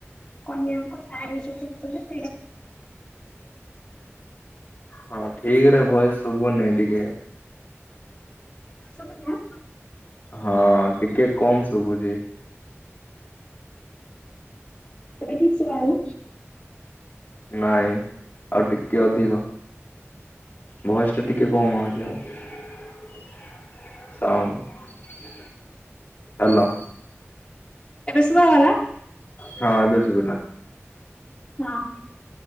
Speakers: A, on the left; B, on the left.
A: କନିଆଙ୍କ ଶାଢୀ ଯୋଉ ପିନ୍ଧୁଛନ୍ତି।
B: ହଁ ଠିକ ରେ ଭଏସ୍ ଶୁବୁନି ଟିକେ।
A: ଶୁବିଲା।
B: ହଁ ଟିକେ କମ ଶୁଭୁଛି।
A: ଏବେ ଠିକ ଶୁଣା ହଉ
B: ନାଇଁ ଆଉ ଟିକେ ଅଧିକ। ଭଏସ୍ ଟା ଟିକେ କମ ଆଉଚି ଆଉ। ସାଉଣ୍ଡୁ। ହେଲୋ।
A: ଏବେ ଶୁଭା ହେଲା?
B: ହଁ ଏବେ ଶୁଭିଲା।
A: ହଁ।